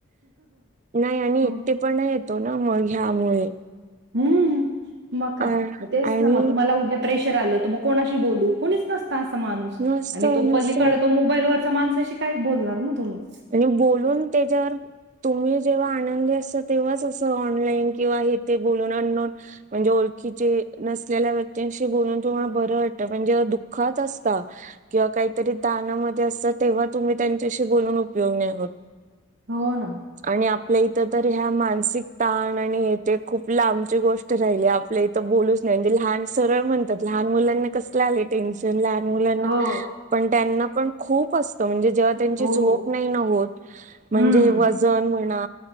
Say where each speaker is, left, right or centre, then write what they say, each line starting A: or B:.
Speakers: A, on the right; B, on the right.
A: नाही आणि
B: हो.
A: एकटेपणा येतो ना मग ह्यामुळे.
B: हम्म मग काय,
A: अ
B: तेच
A: आणि
B: ना मग तुम्हाला उद्या प्रेशर आलं त् म् कोणाशी बोलू? कोणीच नसतं अस माणूस
A: नसत
B: आणि तो
A: नसत
B: पलीकडं मोबाईलवर- त्या माणसाशी काहीच बोलणार ना तुम्ही-
A: आणि बोलून त्याच्यावर तुम्ही जेव्हा आनंदी असता तेव्हाच असं ऑनलाईन किंवा हे ते बोलून, अनोन म्हणजे ओळ- खीचे नसलेल्या व्यक्तींशी बोलून तुम्हाला बरं वाटतं म्हणजे दुःखाच असता किंवा काहीतरी दानामधे असत तेव्हा तुम्ही त्यांच्याशी बोलून- उपयोग नाही होत.
B: हो ना.
A: आणि आप्- पल्या इथं तर ह्या मानसिक ताण आणि हे ते खूप लांबची गोष्ट राहिली आपल्या इथं बोलूच न्- <unintelligible> सरळ म्हणतात लहान मुलांना कसलंय आलय टेन्शन लहा्- मुलांना,
B: हो,
A: पण त्यांना पण खूप असतं म्हणजे जेव्हा, त्यांची
B: हो.
A: झोप्- न होत‌‌, म्हणजे
B: हम्म.
A: वजन- म्हणा